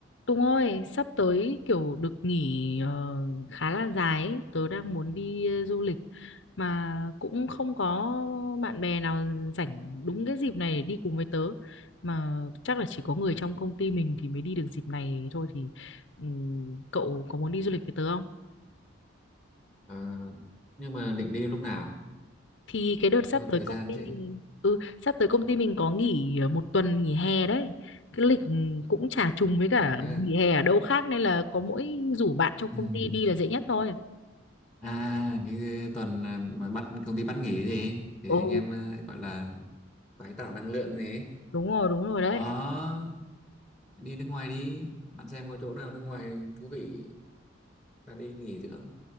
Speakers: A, on the left; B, in the centre.
A: Tùng ơi, sắp tới kiểu được nghỉ ờ, khá là dài ấy. Tớ đang muốn đi ờ, du lịch mà cũng không có bạn bè nào rảnh đúng cái dịp này để đi cùng với tớ. Mà chắc là chỉ có người trong công ty mình thì mới đi được dịp này thôi thì ừm, cậu có muốn đi du lịch với tớ không?
B: Ờ, nhưng mà định đi lúc nào
A: Thì cái đợt sắp
B: cho
A: tới
B: thời
A: công
B: gian
A: ty
B: chứ
A: mình ừ sắp tới công ty mình có nghỉ ờ, một tuần nghỉ hè đấy. Cái lịch cũng chả trùng với cả
B: à
A: nghỉ hè ở đâu khác nên là có mỗi rủ bạn trong công
B: <laughs>
A: ty đi là dễ nhất thôi.
B: à cái tuần mà bắt công ty bắt nghỉ gì thì
A: Ồ,
B: anh em ờ, gọi là tái tạo năng lượng gì ấy.
A: đúng rồi, đúng rồi đấy.
B: ờ đi nước ngoài đi bạn xem có chỗ nào nước ngoài thú vị ta đi nghỉ dưỡng